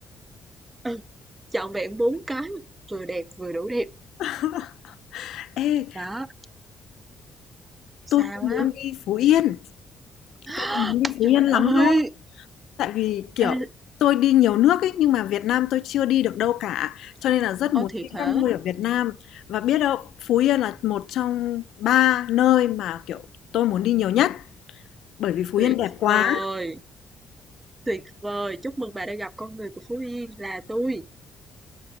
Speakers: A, on the right (about 20°); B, on the left (about 80°).
A: Ừ, trọn vẹn 4 cái, vừa đẹp vừa đủ đẹp.
B: <laughs> ê,
A: Đó,
B: tôi
A: sao
B: cũng muốn
A: á
B: đi Phú Yên.
A: <gasps>
B: Tôi cũng muốn đi Phú
A: Trời
B: Yên lắm
A: ơi!
B: luôn, tại vì, kiểu,
A: Ê,
B: tôi đi nhiều nước ấy, nhưng mà Việt Nam tôi chưa đi được đâu cả, cho nên là rất
A: ơ,
B: muốn
A: thiệt
B: đi
A: hả?
B: các nơi ở Việt Nam. Và biết đâu Phú Yên là một trong 3 nơi mà, kiểu, tôi muốn đi nhiều nhất, bởi vì Phú
A: Tuyệt
B: Yên đẹp quá.
A: vời, tuyệt vời! Chúc mừng bà đã gặp con người của Phú Yên là tôi